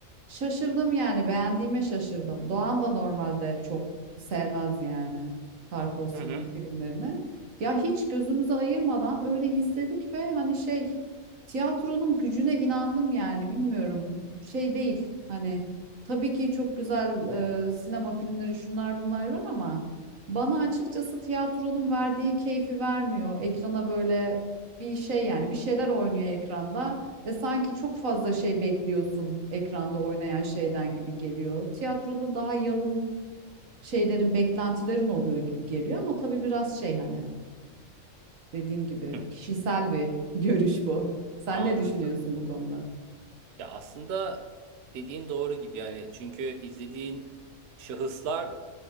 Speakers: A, on the right; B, on the right.
A: Şaşırdım yani beğendiğime şaşırdım. Doğan da normalde çok sevmez yani Tarkovski'nin
B: Hı hı.
A: filmlerini. Ya hiç gözümüzü ayırmadan öyle izledik ve hani şey tiyatronun gücüne inandım yani bilmiyorum şey değil hani tabii ki çok güzel e, sinema filmleri şunlar bunlar var ama bana açıkçası tiyatronun verdiği keyfi vermiyor. Ekrana böyle bir şey yani bir şeyler oynuyor ekranda. Ve sanki çok fazla şey bekliyorsun ekranda oynayan şeyden gibi geliyor. Tiyatroda daha yalın şeylerin, beklentilerin oluyor gibi geliyor ama tabii biraz şey hani dediğim gibi
B: hı.
A: kişisel bir <laughs> görüş bu. Sen
B: Anladım.
A: ne düşünüyorsun bu konuda?
B: Ya aslında dediğin doğru gibi yani çünkü izlediğin şahıslar